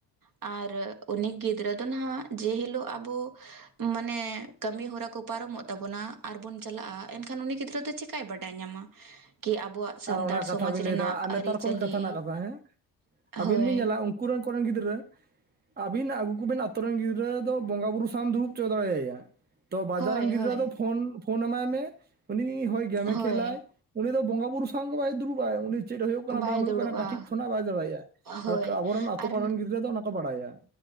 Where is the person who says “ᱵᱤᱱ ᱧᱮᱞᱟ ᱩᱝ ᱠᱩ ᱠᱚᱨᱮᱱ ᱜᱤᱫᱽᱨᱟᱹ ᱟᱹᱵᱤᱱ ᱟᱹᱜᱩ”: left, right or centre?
Right